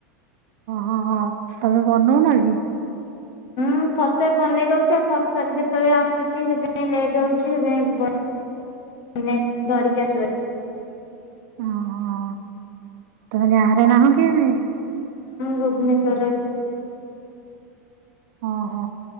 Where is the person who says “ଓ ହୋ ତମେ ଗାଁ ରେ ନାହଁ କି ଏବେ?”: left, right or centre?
Right